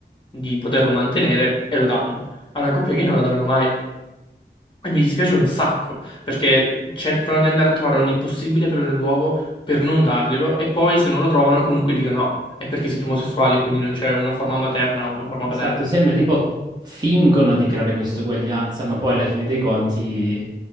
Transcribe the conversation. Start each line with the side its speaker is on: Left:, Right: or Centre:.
Left: di poterlo mantenere e lo danno. Alla coppia gay non la daranno mai. E mi dispiace un sacco, perché cercano di andare a trovare ogni possibile pelo nell'uovo per non darglielo e poi se non lo trovano comunque dicono no, è perché siete omosessuali, quindi non c'è una forma materna o una forma
Right: Esatto,
Left: paterna.
Right: sembra tipo fingono di creare questa uguaglianza, ma poi alla fine dei conti...